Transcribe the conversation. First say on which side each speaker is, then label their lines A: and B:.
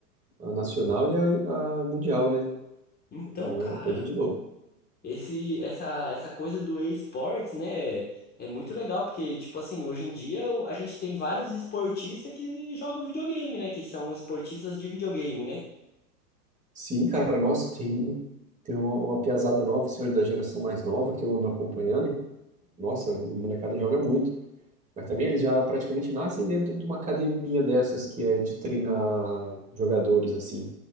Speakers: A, on the right; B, on the left.
A: a nacional e a, a mundial, né?
B: Então,
A: É
B: cara,
A: uma coisa de louco.
B: esse essa essa coisa do e-sports, né, é muito legal porque tipo assim, hoje em dia o- a gente tem vários esportistas que jogam videogame, né, que são esportistas de videogame, né?
A: Sim, cara, nossa, tem, tem uma, uma piazada nova, senhor da geração mais nova que eu ando acompanhando. Nossa, a molecada joga muito. Mas também eles já praticamente nascem dentro de uma academia dessas que é de treinar jogadores, assim.